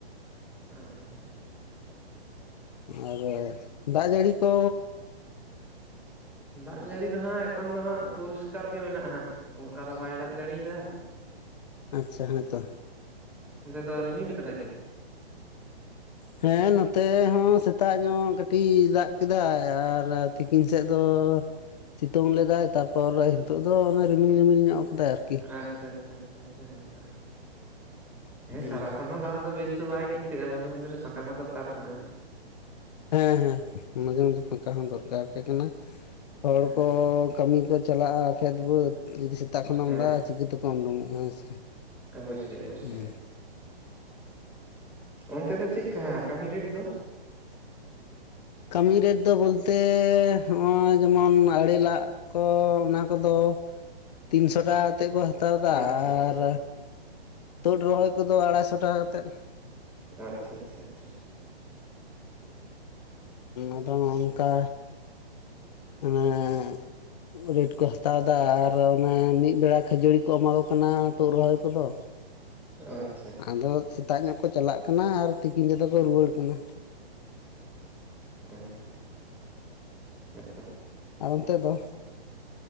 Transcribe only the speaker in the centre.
<unintelligible>
ᱫᱟᱜ ᱡᱟᱹᱲᱤ ᱫᱚ ᱦᱟᱸᱜ ᱮᱠᱷᱚᱱ ᱫᱚ ᱦᱟᱸᱜ ᱯᱚᱨᱤᱥᱠᱟᱨ ᱜᱮ ᱢᱮᱱᱟᱜᱼᱟ ᱦᱟᱸᱜ ᱚᱱᱠᱟ ᱫᱚ ᱵᱟᱭ ᱫᱟᱜ ᱡᱟᱹᱲᱤᱭᱮᱫᱟ
ᱚᱱᱛᱮ ᱫᱚ ᱨᱤᱢᱤᱞ ᱠᱟᱫᱟᱭ ᱠᱤ
ᱟᱪᱪᱷᱟ ᱟᱪᱪᱷᱟ ᱦᱮᱸ
ᱥᱟᱨᱟᱠᱷᱚᱱ ᱦᱚᱸ ᱫᱟᱜ ᱫᱚ ᱵᱮᱥ ᱫᱚ ᱵᱟᱭ ᱤᱭᱼᱟ ᱢᱟᱡᱮ ᱢᱚᱫᱽᱫᱷᱮ ᱨᱮ ᱯᱷᱟᱸᱠᱟ ᱦᱚᱸ ᱫᱚᱨᱠᱟᱨ ᱠᱟᱱᱟ᱾
ᱦᱮᱸ
ᱦᱮᱸ
ᱚᱵᱚᱥᱥᱳᱭ ᱚᱵᱚᱥᱥᱳᱭ,
ᱚᱱᱛᱮ ᱫᱚ ᱪᱮᱫᱠᱟ ᱠᱟᱹᱢᱤ ᱨᱮᱴ ᱫᱚ?
ᱟᱪᱪᱷᱟ ᱟᱪᱪᱷᱟ
ᱟᱪᱪᱷᱟ ᱟᱪᱪᱷᱟ ᱟᱪᱪᱷᱟ
ᱟᱪᱪᱷᱟ
<unintelligible> ᱛᱟᱭᱛᱚ <unintelligible>